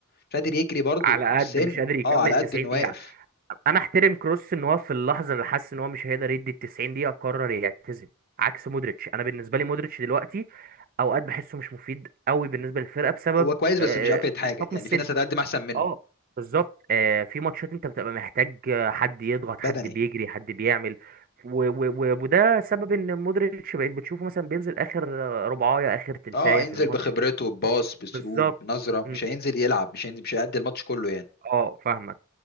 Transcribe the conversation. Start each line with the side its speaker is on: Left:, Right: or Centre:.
Left: مش قادر يجري برضه
Right: على
Left: السن
Right: قد مش قادر يكمل
Left: اه على قد
Right: 90
Left: انه واقف
Right: دقيقة انا احترم كروس ان هو في اللحظة اللي حس ان هو مش هيقدر يدي ال 90 دقيقة قرر يعتزل عكس مودريتش انا بالنسبة لي مودريتش دلوقتي اوقات بحسه مش مفيد قوي بالنسبه للفرقه بسبب
Left: هو كويس
Right: آه،
Left: بس مش قافلة حاجه
Right: الحكم
Left: يعني
Right: السني
Left: في ناس هتقدم احسن منه
Right: اه بالظبط آه في ماتشات انت بتبقى محتاج آه، حد يضغط حد
Left: بدني
Right: بيجري حد بيعمل و و و وده سبب ان مودريتش بقيت بتشوفه مثلا بينزل اخر آه، ربعايه اخر تلتايه
Left: اه هينزل
Right: في الماتش
Left: بخبرته بباص بسروب
Right: بالظبط
Left: بنظره
Right: مم.
Left: مش هينزل يلعب مش هينزل مش هيأدي الماتش كله يعني
Right: اه فاهمك